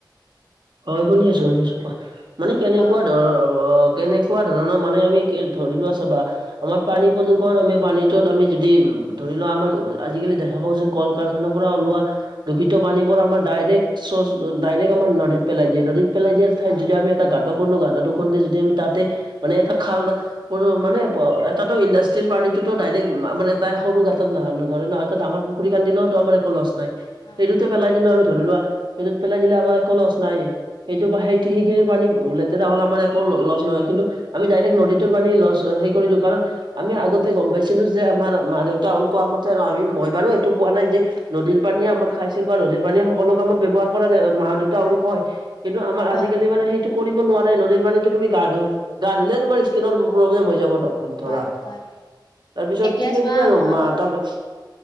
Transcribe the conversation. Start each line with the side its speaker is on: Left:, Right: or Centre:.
Right: হয় শুনি আছো শুনি আছো কোৱা? মানে কেনেকুৱা
Left: অ
Right: ধৰনৰ অ কেনে কুৱা ধৰণৰ মানে আমি কি ধৰি লোৱা আছে বা আমাৰ পানী প্ৰদূৰ্ষণ, আমি পানীটোত আমি যদি, ধৰি লোৱা আমাৰ আজিকালি দেখা পাওঁ যে কল - কাৰখানাৰ পৰা ওলোৱা দূষিত পানীবোৰ আমাৰ ডাইৰেক্ট চচ ডাইৰেক্ট আমাৰ নদীত পেলাই দিয়ে। নদীত পেলাই দিয়াৰ ঠাইত
Left: অ
Right: যদি আমি এটা গাত দ খুন্দু গাতাটো খান্দোতে যদি আমি তাতে মানে এটা খাল সোনো মানে প এটাটো ইণ্ডাষ্ট্ৰিৰ পানী টোত ডাইৰেক্ট মা মানে তাই সৰু গাঁতত নহয় ন ধৰে ন, এটা ডাঙৰ পুখুৰী খান্দিলেও ত আমাৰ একো লছ নাই। হে
Left: অ
Right: সেইটোতে পেলাই দিলো আমি ধৰিলোৱা সেইটোত পেলাই দিলে আমাৰ একো লছ নাই সেইটোৰ পৰা সেই সেইখিনি পানী লেতেৰা হ'লে আমাৰ একো ল লছ নহয়। কিন্তু আমি ডাইৰেক্ট
Left: উম
Right: নদীত টোটেল পানী লছ হেই কৰি দো কাৰণ আমি আগতে গম পাইছিলো যে, আমাৰ মা দেউতা হ'ত কোৱা মতে আৰু আমি মই বাৰু এইটো পোৱা নাই যে হে আ নদীৰ পানীয়ে আমাৰ খাইছিল বা নদীৰ পানীয়ে সকলো কামত ব্যৱহাৰ কৰা যায় অ মা-দেউত টাউন
Left: হয়
Right: কয় হে হে, কিন্তু আমাৰ
Left: হয়
Right: আজিকালি মানে সেই কৰিব নোৱাৰে নদীৰ পানীটো তুমি গা ধু গা ধুলেই তোমাৰ স্কিনৰ প্ৰব্লেম হৈ যাব। তাত ধৰা
Left: হয়
Right: তাৰপিছত
Left: হয় এতিয়া
Right: ঠিক সেইদৰে
Left: চোৱা
Right: আৰু
Left: মহাবাহু
Right: মাথা বচ